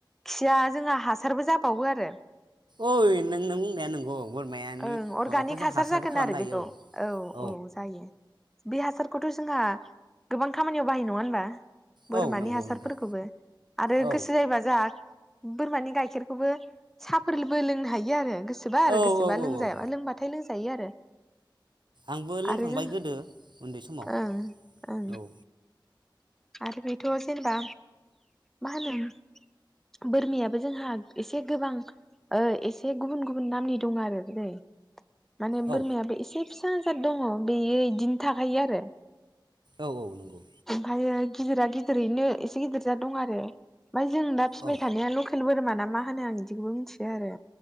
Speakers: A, in the centre; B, on the right.
A: खिया जोंहा हासारबो जाबावो आरो।
B: ओइ नों नों बुंनाया नोंगौ बोरमायानि
A: ओं अर्गानिक
B: माबाखौ जों
A: हासार
B: हासारबो
A: जागोन
B: खालामनो
A: आरो
B: हायो
A: बेखौ
B: औ।
A: औ जायो। बे हासारखौथ' जोंहा गोबां खामानियाव बाहायो नङा होनबा? बोरमानि
B: औ नंगौ
A: हासारफोरखौबो
B: नोंथां
A: आरो
B: औ
A: गोसो जायोबा जोहा बोरमानि गाइखेरखौबो साहफोरबो लोंनो हायो आरो गो सोबा आरो
B: औ
A: गोसोबा
B: औ औ
A: लोंजाबा
B: औ
A: लोंबथाय लों जायो आरो
B: आंबो लोंखांबाय
A: आरो जों
B: गोदो उन्दै समाव
A: ओं ओं
B: औ
A: आरो बेथ' जेनेबा मा होनो बोरमायाबो जोंहा एसे गोबां ओ एसे गुबुन गुबुन नामनि दंआरो <unintelligible> माने
B: औ
A: बोरमायाबो एसे फिसा जाद दङ' बेयो इदिनो थाखायो आरो
B: औ औ नोंगौ
A: ओमफ्रायो गिदिरा गिदिरैनो एसे गिदिर जाद दंआरो ओमफाय जों दा फिबाय
B: औ
A: थानाया लकेल बोरमाना मा होनो आं इदिखौबो मिन्थिया आरो